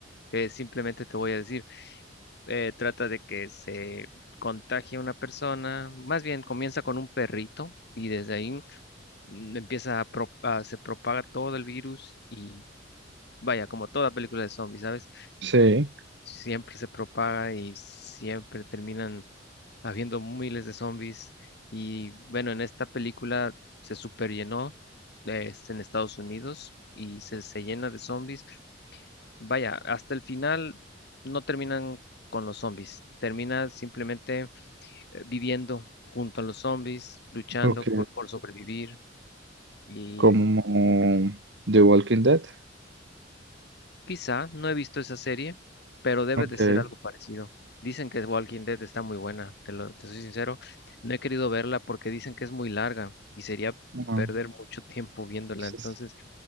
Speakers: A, on the left (about 60°); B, on the right (about 65°).
A: que simplemente te voy a decir, eh, trata de que se contagie una persona, más bien comienza con un perrito y desde ahí mm, empieza a, pro- a- se propaga todo el virus y vaya, como toda película de zombies, ¿sabes?
B: Sí,
A: Siempre se propaga y siempre terminan habiendo miles de zombies. Y bueno, en esta película se superllenó eh, es en Estados Unidos y se, se llena de zombies. Vaya, hasta el final no terminan con los zombies, termina simplemente eh, viviendo junto a los zombies, luchando
B: ok.
A: por, por sobrevivir. Y
B: Como The Walking Dead.
A: Quizá, no he visto esa serie, pero debe
B: Ok.
A: de ser algo parecido. Dicen que Walking Dead está muy buena, te lo, te soy sincero. No he querido verla porque dicen que es muy larga y sería
B: Ajá.
A: perder mucho tiempo viéndola.
B: sí,
A: Entonces,
B: sí.